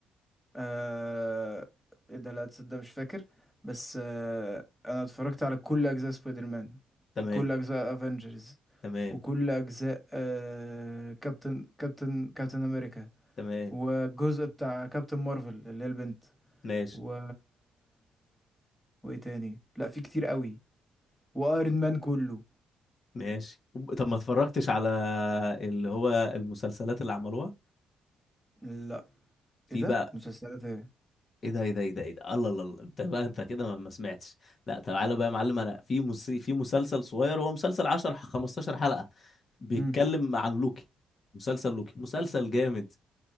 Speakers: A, in the centre; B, on the left (about 45°).
A: آه... ايه ده لا تصدق مش فاكر بس آه... انا اتفرجت على كل اجزاء سبايدر مان
B: تمام
A: وكل اجزاء افنجرز
B: تمام
A: وكل اجزاء آه... كابتن كابتن كابتن امريكا
B: تمام
A: والجزء بتاع كابتن مارفل اللي هي البنت
B: ماشي
A: و وايه تاني لا في كتير قوي وايرون مان كله
B: ماشي وب- طب ما اتفرجتش على اللي هو المسلسلات اللي عملوها
A: لا
B: في
A: ايه ده
B: بقى
A: مسلسلات ايه
B: ايه ده ايه ده ايه ده ايه ده الله الله الله. انت بقى انت كده ما ما سمعتش لا تعالى بقى يا معلم انا في مس... في مسلسل صغير هو مسلسل 10 15 حلقة بيتكلم
A: مم.
B: عن لوكي مسلسل لوكي مسلسل جامد